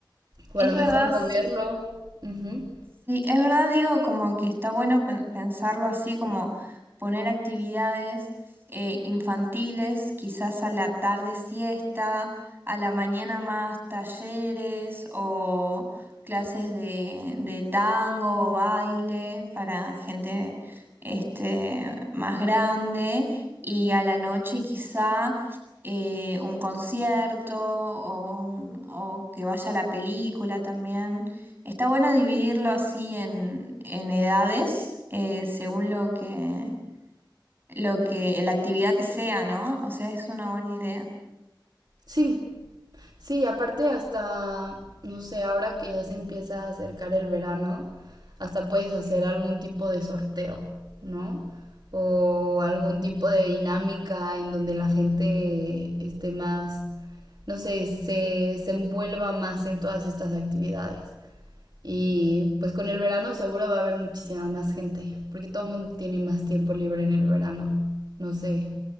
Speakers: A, on the right; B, on the right.
A: Es
B: o a lo
A: verdad,
B: mejor moverlo. Ujú.
A: Sí, es verdad, digo, como que está bueno pen- pensarlo así, como poner actividades eh, infantiles, quizás a la tarde siesta, a la mañana más talleres o clases de, de tango o baile para gente este, más grande y a la noche quizá eh, un concierto o, o que vaya a la película también. Está bueno dividirlo así en, en edades, eh, según lo que, lo que, la actividad que sea, ¿no? O sea, es una buena idea.
B: Sí, Sí, aparte hasta, no sé, ahora que ya se empieza a acercar el verano, hasta puedes hacer algún tipo de sorteo, ¿no? O algún tipo de dinámica en donde la gente esté más, no sé, se, se envuelva más en todas estas actividades. Y pues con el verano seguro va a haber muchísima más gente, porque todo el mundo tiene más tiempo libre en el verano. No sé,